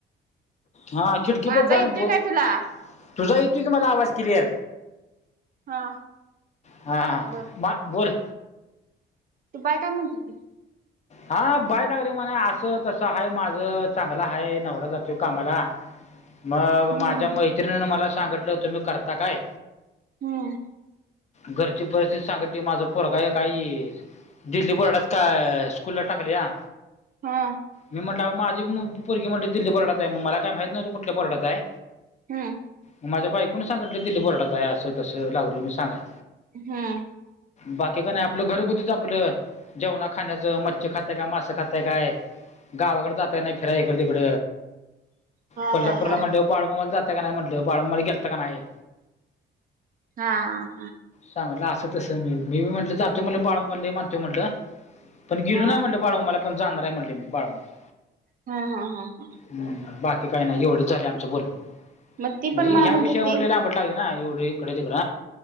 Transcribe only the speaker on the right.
माझा
येतोय
काय तुला
हा
बर
ती बाई काय म्हणत होती.
हम्म
हम्म
हा
हम्म
हम्म
हा
हा हा
हा हा हा
हा
हा हा हा हा
मग ती
पण मला
म्हणत
होती